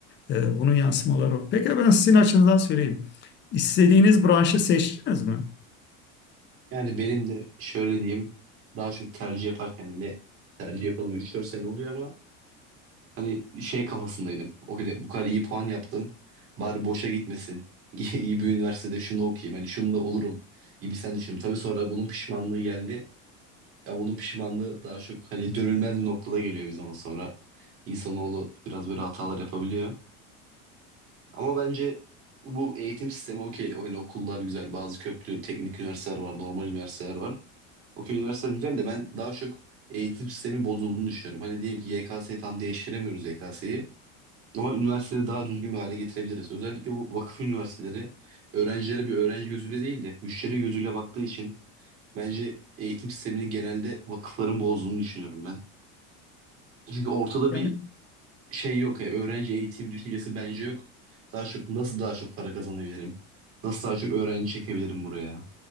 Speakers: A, on the left; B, on the right.
A: e, bunun yansımaları. o. Peki ben sizin açınızdan söyleyeyim. İstediğiniz branşı seçtiniz mi?
B: Yani benim de şöyle diyeyim daha çok tercih yaparken yine tercih yapalım üç dört sene oluyor ama Hani şey kafasındaydım. O kadar, bu kadar iyi puan yaptım. Bari boşa gitmesin. <laughs> İyi, iyi bir üniversitede şunu okuyayım. Hani şunu da olurum gibi sen düşün. Tabii sonra bunun pişmanlığı geldi. Ya bunun pişmanlığı daha çok hani dönülmez bir noktada geliyor bir zaman sonra. İnsanoğlu biraz böyle hatalar yapabiliyor. Ama bence bu eğitim sistemi okey. Hani okullar güzel. Bazı köklü teknik üniversiteler var. Normal üniversiteler var. Okey üniversiteler güzel de ben daha çok eğitim sistemin bozulduğunu düşünüyorum. Hani diyelim ki YKS'yi tam değiştiremiyoruz YKS'yi. Ama üniversiteleri daha düzgün bir hale getirebiliriz. Özellikle bu vakıf üniversiteleri öğrencilere bir öğrenci gözüyle değil de müşteri gözüyle baktığı için bence eğitim sistemini genelde vakıfların bozduğunu düşünüyorum ben. Çünkü ortada
A: Yani
B: bir şey yok. Yani öğrenci eğitim düşüncesi bence yok. Daha çok nasıl daha çok para kazanabilirim? Nasıl daha çok öğrenci çekebilirim buraya?